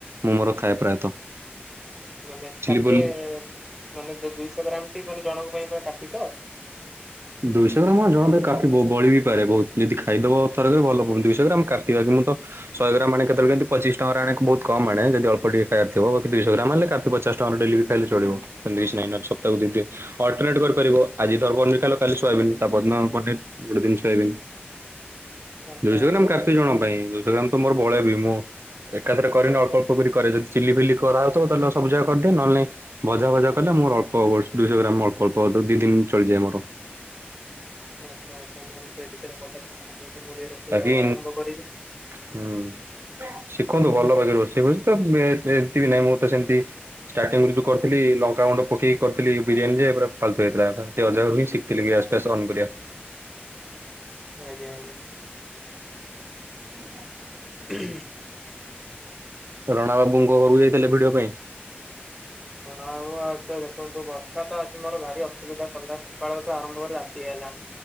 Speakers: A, on the right; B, in the centre.
A: ମୁଁ ମୋର ଖାଏ ପ୍ରାୟତଃ
B: ମାନେ
A: ଚିଲି
B: ଷାଠିଏ
A: ପଲି
B: ମାନେ ଯ ଦୁଇଶହ ଗ୍ରାମଟି ମାନେ ଜଣଙ୍କ ପାଇଁ ପୁରରା କାଶ ତ
A: ଦୁଇଶହ ଗ୍ରାମ ହଁ ଜଣେ କାଫି ବ ବଳି ବି ପାରେ ବହୁତ ଯଦି ଖାଇଦବ ଥରକରେ ଭଲ ଦୁଇଶହ ଗ୍ରାମ କାଟିବା କୁ ମୁଁ ତ ଶହେ ଗ୍ରାମ ଆଣେ କେତେବେଳେ କେମିତି ପଚିଶ ଟଙ୍କାରେ ଆଣେ ବହୁତ କମ ଆଣେ ଯଦି ଅଳପ ଟିକେ ଖାଇବାର ଥିବ ଦୁଇଶହ ଗ୍ରାମ ହେଲେ କାଫି ପଚଶ ଟଙ୍କାରେ ଡେଲିବି ଖାଇଲେ ଚଳିବ ସେନ୍ତି କିଛି ନାଇ ନହେଲେ ସପ୍ତାକୁ ଦିଦି ଅଲ୍ଟର୍ନେଟ କରି କରିବ ଆଜି ଧର ପନିର ଖାଇଲ କାଲି ସୋୟାବିନ୍ ତା ପରଦିନ ପନିର ଗୋଟେ ଦିନ ସୋୟାବିନ୍।
B: ଆଚ୍ଛା
A: ଦୁଇଶହ
B: ଆଚ୍ଛା
A: ଗ୍ରାମ
B: ନାଇଁ
A: କାଫି ଜଣଙ୍କ ପାଇଁ ଦୁଇଶହ ଗ୍ରାମ ତ ମୋର ବଳେବି ମୁଁ ଏକାଥରେ କରେନି ଅଳ୍ପ ଅଳ୍ପ କରି କରେ ଜଦି ଚିଲି ଫିଲି କରାହଉଥବ ତାହଲେ ସବୁ ଜାକ କରିଦିଏ ନହେଲେ ନାଇଁ ଭଜା ଭଜା କଲେ ମୋର ଅଳ୍ପ ଦୁଇଶହ ଗ୍ରାମ ଅଳ୍ପ ଅଳ୍ପ ଦି ଦିନ ଚଳିଯାଏ ମୋର।
B: ଆଚ୍ଛା ତାହେଲେ ଏମିତି ବିଷୟରେ <unintelligible> ମୁଁ ରୋଷେଇ
A: ବାକି
B: ଆଉ ଆରମ୍ଭ କରିବି।
A: ହୁଁ। ଶିଖନ୍ତୁ ଭଲ ଭାଗି ରୋଷେଇ ବୋଲି ତ ଏମିତି ବି ନାହିଁ ମୁଁ ତ ସେମତି ଷ୍ଟାର୍ଟିଂରୁ ଯୋଉ କରିଥିଲି ଲଙ୍କା ଗୁଣ୍ଡ ପକେଇକି କରିଥିଲି ବିରିୟାନୀ ଯେ ଫାତୁ ହେଇଥିଲା ଅଜା ହଁ ଶିଖଥିଲି ଗ୍ୟାସ୍ ଫେସ୍ ଅନ୍କରିବା
B: ଆଜ୍ଞା ଆଜ୍ଞା
A: <inaudible>
B: ହୁଁ
A: ରଣା ବାବୁଙ୍କ ଘରୁ ଯାଇଥିଲେ ଭିଡିଓ ପାଇଁ
B: ହଁ ଆଉ ଦେଖନ୍ତୁ ବର୍ଷା ତ ଆଜି ମୋର ଭାରି ଅସୁବିଧା କଲା ସକାଳଠୁ ଆରମ୍ଭ କରି ରାତି ହେଲା